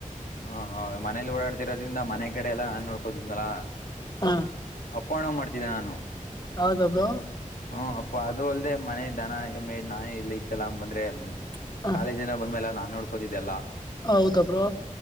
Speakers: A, on the left (about 85°); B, on the left (about 30°).
A: ಹ ಮನೇಲಿ ಓಡಾಡ್ತಿರೋದ್ರಿಂದ ಮನೆ ಕಡೆ ಎಲ್ಲಾ ನಾನ್ ನೋಡ್ಕೋತಿದನಲ
B: ಹಾ
A: ಅಪ್ಪಣ ಮಾಡ್ತಿದ್ದೆ ನಾನು
B: ಹೌದ ಬ್ರೋ
A: ಹ್ಮ್ ಅಪ್ಪ ಅದು ಅಲ್ಲದೆೇ ಮನೆ ದನ ಎಮ ನಾನೇ ಇಲ್ಲ ಇತ್ತಲ್ಲ ಬಂದ್ರೆ
B: ಹ
A: ಕಾಲೇಜ್ ಜನ ಬಂದ್ಮೇಲೆ ನಾನ್ ನೋಡ್ಕೋತಿದ್ದೆಲ್ಲ
B: ಹೌದ ಬ್ರೋ